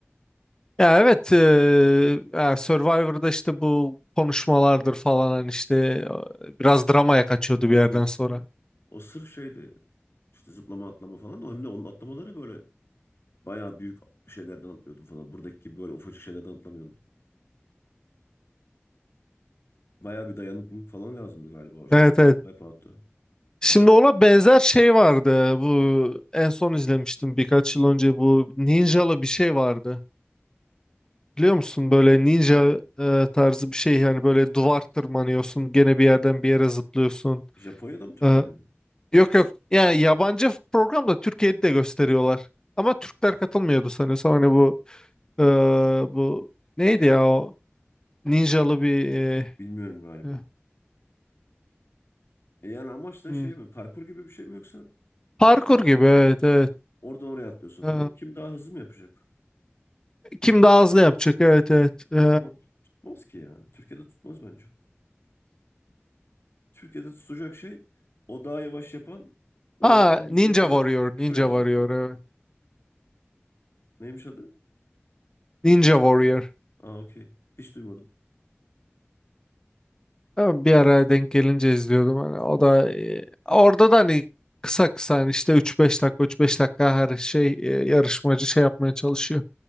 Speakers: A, on the left; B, on the left.
A: Ya evet eee, ya Survivor'da işte bu konuşmalardır falan hani işte e, biraz dramaya kaçıyordu
B: Aynen.
A: bir yerden sonra.
B: O sırf şeydi. İşte zıplama atlama falan. O hem de onun atlamaları böyle Bayağı büyük şeylerden atlıyordum falan. Buradaki gibi böyle ufacık şeylerden atlamıyordum. Bayağı bir dayanıklılık falan lazımdı galiba o şeyde.
A: Evet evet.
B: Wipeout'ta.
A: Şimdi ona benzer şey vardı. Bu en son izlemiştim birkaç yıl önce bu ninjalı bir şey vardı. Biliyor musun böyle ninja e, tarzı bir şey yani böyle duvar tırmanıyorsun gene bir yerden bir yere zıplıyorsun.
B: Japonya'da mı Türkiye'de
A: E,
B: mi?
A: Yok yok. Yani yabancı program da Türkiye'de de gösteriyorlar. Ama Türkler katılmıyordu sanıyorsam. Hani bu e, bu neydi ya o ninjalı bir e,
B: Bilmiyorum galiba.
A: e,
B: E yani amaç da
A: hmm.
B: şey mi? Parkur gibi bir şey mi yoksa
A: parkur gibi evet evet.
B: oradan oraya atlıyorsun falan.
A: E,
B: Kim daha hızlı mı yapacak?
A: kim daha hızlı yapacak evet evet. E,
B: Ama tutmaz ki ya. Türkiye'de tutmaz bence. Türkiye'de tutacak şey o daha yavaş yapan e,
A: ha
B: daha hızlı
A: Ninja
B: yapana
A: Warrior
B: küfür
A: Ninja
B: edecek
A: Warrior
B: falan.
A: evet.
B: Neymiş adı?
A: Ninja Warrior.
B: Aa okey. Hiç duymadım.
A: E, Bir ara denk gelince izliyordum. Hani o da e, orada da hani kısa kısa hani işte üç beş dakika üç beş dakika her şey e, yarışmacı şey yapmaya çalışıyor.